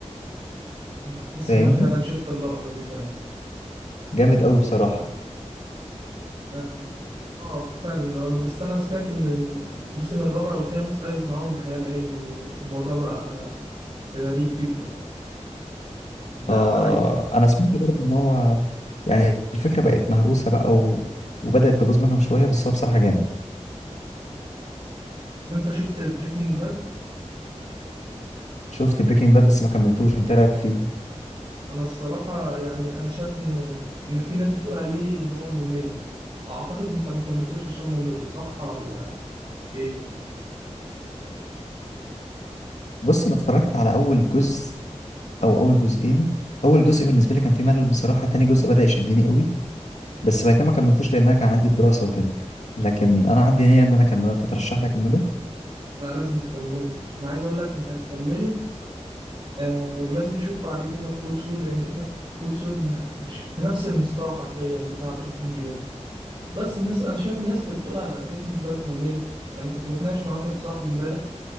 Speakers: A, on the right; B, on the left.
A: انا حاسس
B: فاهمني
A: ان انا فعلا شفت اللقطة دي فعلا
B: جامد قوي بصراحه
A: اه آه، فعلا انا بس انا سمعت ان الموسم الرابع والخامس قلبت معاهم بخيال علمي والموضوع بقى غريب جدا ده
B: آه
A: عاي...
B: انا سمعت برضه ان هو يعني الفكره بقت مهروسه بقى و... وبدات تبوظ منهم شويه بس هو بصراحه جامد
A: طب انت شفت بريكنج باد
B: شفت بريكنج باد بس ما كملتوش انت إيه رايك فيه
A: انا الصراحه يعني انا شايف ان ان في ناس بتقول عليه ان هو ممل اعتقد انت ما كملتوش عشان ممل صح ولا ايه
B: بص انا اتفرجت على اول جزء او اول جزئين اول جزء بالنسبه لي كان فيه ملل بصراحه تاني جزء بدا يشدني قوي
A: مم.
B: بس بعد كده ما كملتوش لان انا كان عندي دراسه وكده لكن
A: ايوه
B: انا عندي نيه ان انا اكمله انت ترشح لي اكمله
A: لا لازم تكمله انا عايز اقول لك انت هتكمله آه ولازم تشوف بعديه بيتر كول سول لان بيتر كول سول ما- مش في نفس المستوى حرفيا بتاع بريكنج باد بس الناس انا شايف الناس اللي بتقول على بريكنج باد ممل يعني كنت بتناقش مع واحد صاحبي امبارح